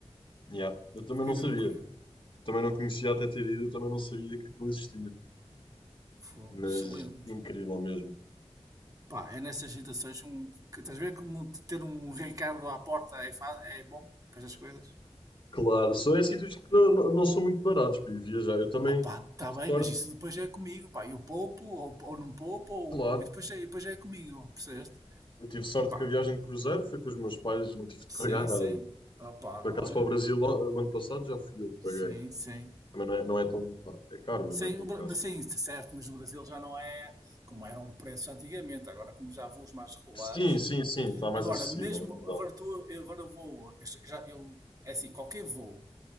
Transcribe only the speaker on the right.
Fiquei
mesmo
curioso.
Foi
excelente.
Pá, é nessas situações um, que estás a ver como ter um Ricardo à porta é, fa- é bom para estas coisas?
Opa, está
bem,
mas isso depois é comigo, pá, eu poupo ou, ou não poupo ou,
e depois, é- depois é comigo, percebeste?
Pá,
sim,
sim,
opa,
olha,
sim, sim.
Sim,
o Bra-
sim, certo, mas no Brasil já não é como eram preços antigamente, agora como já há voos mais regulares.
Agora,
mesmo,
agora tu, eu agora vou, eu já, eu, é assim, qualquer voo